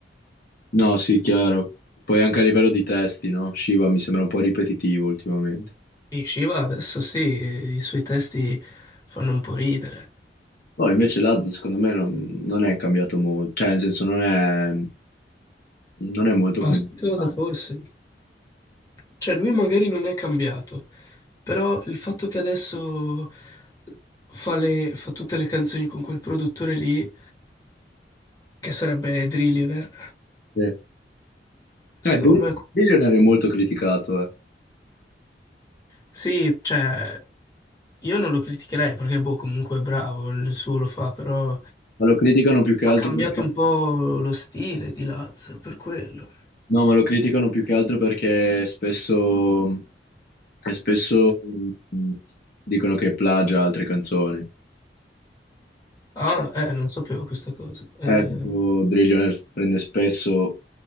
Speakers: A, on the left (about 55°); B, on the left (about 20°).
A: No, sì, chiaro. Poi anche a livello di testi, no? Shiva mi sembra un po' ripetitivo ultimamente.
B: E Shiva adesso sì, i suoi testi fanno un po' ridere.
A: Poi invece Lazza secondo me non, non è cambiato molto, cioè nel senso non è, non è molto
B: Ma
A: commerciale.
B: sai cosa forse? Cioè, lui magari non è cambiato, però il fatto che adesso fa le- fa tutte le canzoni con quel produttore lì, che sarebbe Drillionaire,
A: Sì. Eh,
B: secondo
A: Bill-
B: me...
A: Billionaire è molto criticato, eh.
B: Sì, cioè... Io non lo criticherei perché, boh, comunque è bravo, il suo lo fa, però
A: Ma lo criticano più che
B: ha
A: altro
B: cambiato
A: perché...
B: un po' lo stile di Lazio, per quello.
A: No, ma lo criticano più che altro perché spesso, e spesso mh, dicono che plagia altre canzoni.
B: Ah,
A: Cioè,
B: eh, non sapevo questa cosa. Eh,
A: Eh, tipo Drillionaire prende spesso